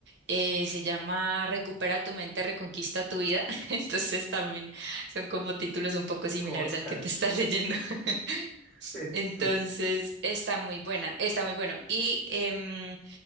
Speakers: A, on the right; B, in the centre.
A: Eh, se llama Recupera tu mente, reconquista tu vida. <laughs> Entonces también son como títulos un poco similares
B: <laughs> Cónchale.
A: al que te estás leyendo. <laughs>
B: <laughs> Sí,
A: Entonces
B: sí, sí,
A: está muy buena, está muy bueno. Y em,